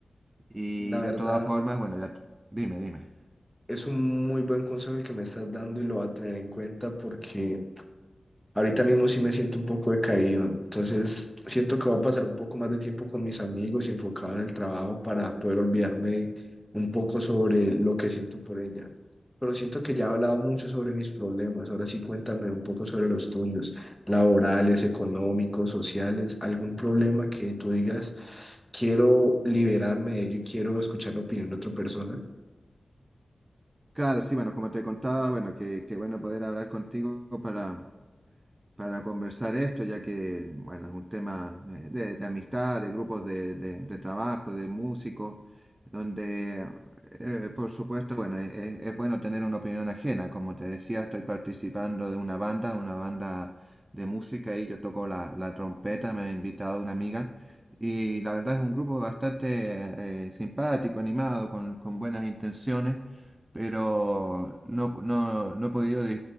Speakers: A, on the right; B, in the centre.
A: Y
B: La
A: de
B: verdad,
A: todas formas, bueno, ya t- dime, dime.
B: es un muy buen consejo el que me estás dando y lo voy a tener en cuenta porque ahorita mismo sí me siento un poco decaído. Entonces, siento que voy a pasar un poco más de tiempo con mis amigos y enfocado en el trabajo para poder olvidarme un poco sobre lo que siento por ella. Pero siento que ya he hablado mucho sobre mis problemas. Ahora sí, cuéntame un poco sobre los tuyos, laborales, económicos, sociales, algún problema que tú digas, quiero liberarme de ello y quiero escuchar la opinión de otra persona.
A: Claro, sí, bueno, como te contaba, bueno, que, que bueno poder hablar contigo para, para conversar esto, ya que, bueno, es un tema eh, de, de amistad, de grupos de, de- de trabajo, de músicos, donde, eh, por supuesto, bueno, e- e- es, bueno tener una opinión ajena. Como te decía, estoy participando de una banda, una banda de música, y yo toco la, la trompeta, me ha invitado una amiga, y la verdad es un grupo bastante eh, simpático, animado, con, con buenas intenciones pero no, no, no he podido di-